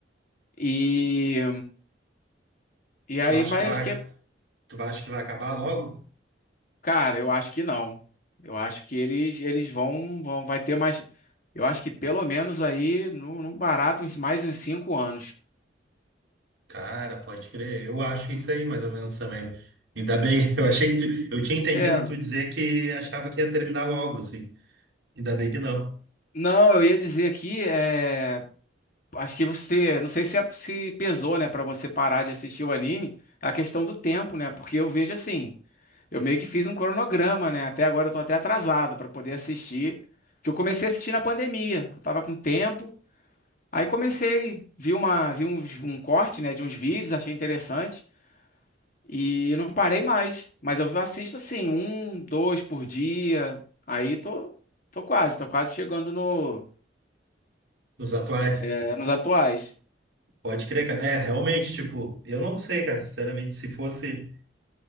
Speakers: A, on the left; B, on the right.
A: E e aí
B: tu acha
A: vai,
B: que vai,
A: acho que,
B: tu acha que vai acabar logo?
A: cara, eu acho que não. Eu acho que eles eles vão vão vai ter mais eu acho que pelo menos aí, no, no barato, uns- mais uns cinco anos.
B: Cara, pode crer. Eu acho isso aí, mais ou menos também. Ainda bem, <laughs> eu achei que tu- eu tinha entendido
A: É,
B: tu dizer que achava que ia terminar logo, assim. Ainda bem que não.
A: não, eu ia dizer aqui, é, acho que você, não sei se, é- se pesou, né, pra você parar de assistir o anime, a questão do tempo, né? Porque eu vejo assim, eu meio que fiz um cronograma, né? Até agora eu tô até atrasado pra poder assistir, que eu comecei a assistir na pandemia. Eu tava com tempo, aí comecei, vi uma, vi uns- um, corte, né, de uns vídeos, achei interessante e não parei mais. Mas eu assisto assim, um, dois por dia. Aí tô, tô quase, tô quase chegando no,
B: Dos atuais?
A: é, nos atuais.
B: Pode crer, cara. É, realmente, tipo, eu não sei, cara, sinceramente, se fosse